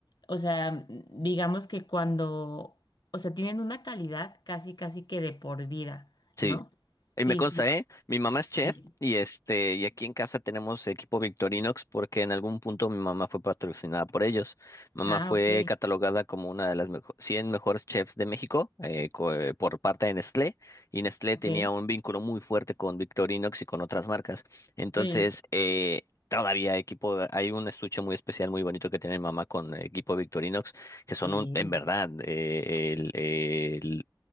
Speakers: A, on the left; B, on the left.
A: o sea, digamos que cuando, o sea, tienen una calidad casi, casi que de por vida,
B: Sí.
A: ¿no? Sí,
B: Y me consta,
A: sí.
B: ¿eh? Mi mamá es chef
A: sí.
B: y este, y aquí en casa tenemos equipo Victorinox porque en algún punto mi mamá fue patrocinada por ellos. Mamá
A: Ah,
B: fue
A: ok,
B: catalogada como una de las mejo- 100 mejores chefs de México eh, co- eh, por parte de Nestlé y Nestlé
A: ok.
B: tenía un vínculo muy fuerte con Victorinox y con otras marcas. Entonces,
A: Sí,
B: eh, Todavía equipo, hay un estuche muy especial, muy bonito que tiene mi mamá con equipo Victorinox, que
A: sí,
B: son un, en verdad, eh, el, el-